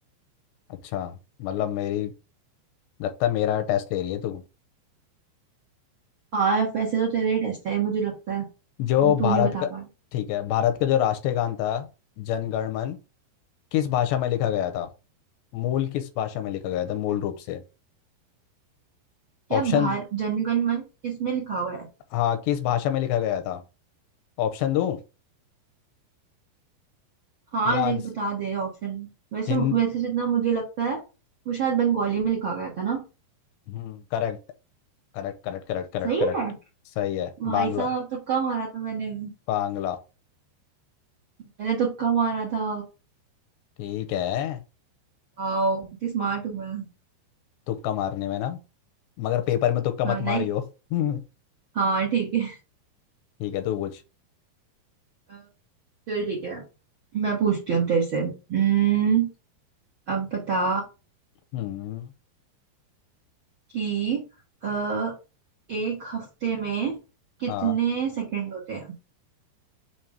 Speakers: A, on the left; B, on the right.
A: अच्छा मतलब मेरी लगता है मेरा टेस्ट ले रही है तू
B: हाँ वैसे तो तेरा ही टेस्ट है ये मुझे लगता है
A: जो
B: क्योंकि तू
A: भारत
B: नहीं बता
A: का
B: पा रहा।
A: ठीक है भारत का जो राष्ट्रीय गान था जन गण मन किस भाषा में लिखा गया था मूल किस भाषा में लिखा गया था मूल रूप से
B: क्या
A: ऑप्शन
B: भार जनगण मन किसमें लिखा हुआ है
A: हाँ किस भाषा में लिखा गया था ऑप्शन दूं
B: हाँ
A: या
B: लिख
A: आंस-
B: बता दे ऑप्शन वैसे
A: हिं-
B: वैसे जितना मुझे लगता है वो शायद बंगाली में लिखा गया था ना
A: हम्म correct correct correct correct correct
B: सही
A: correct
B: है
A: सही है
B: भाई
A: बांग्ला
B: साहब तुक्का मारा था मैंने
A: बांग्ला
B: मैंने तुक्का मारा था
A: ठीक है
B: वाओ कितनी स्मार्ट हूँ मैं
A: तुक्का मारने में ना मगर पेपर में तुक्का
B: हाँ
A: मत
B: नहीं
A: मारियो <laughs>
B: हाँ ठीक है
A: ठीक है तू पूछ
B: अ, चल ठीक है मैं पूछती हूँ अब तेरे से हम्म, अब बता
A: हम्म
B: कि अ, एक हफ्ते में कितने
A: हाँ
B: सेकंड होते हैं